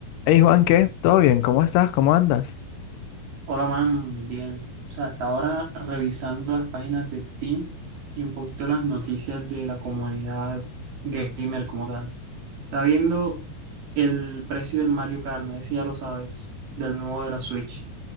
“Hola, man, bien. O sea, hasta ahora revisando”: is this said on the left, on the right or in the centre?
Right